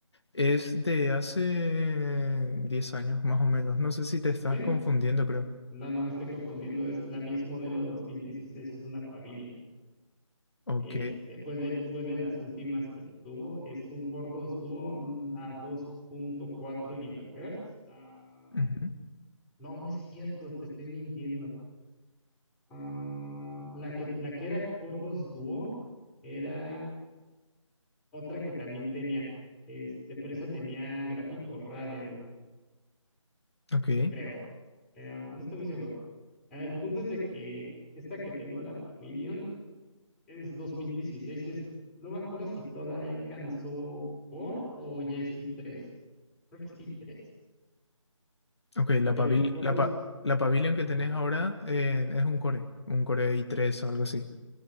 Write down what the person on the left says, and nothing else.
es de hace 10 años más o menos. No sé si te estás
confundiendo, creo.
Ok.
ujú,
Ok.
Ok, la,
Pavil-
la,
pa- la Pavilion que
tenés ahora eh, es un Core, un Core i tres o algo así.